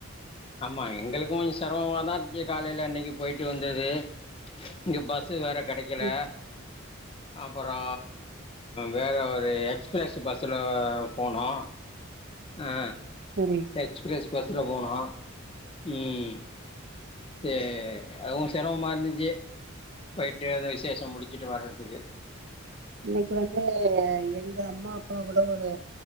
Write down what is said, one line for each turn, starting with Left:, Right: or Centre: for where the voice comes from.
Left: ஆமா எங்களுக்கோ கொஞ்சோ சிரமமாதா இருன்ச்சு காலைல இன்னிக்கு போயிட்டு வந்தது இங்க பஸ் சு வேற கெடைக்கல
Right: ம்
Left: அப்பறோ வேற ஒரு எக்ஸ்பிரஸ் பஸ்சுல போனோ ஆ
Right: சரி
Left: எக்ஸ்பிரஸ் பஸ்ல போனோ உம் சேரி அதுவு செரமமா இருந்துச்சு போயிட்டு அந்த விசேஷம் முடிச்சிட்டு வரதுக்கு
Right: இன்னக்கி வந்து எங்க அம்மா அப்பா கூட தோ ஒரு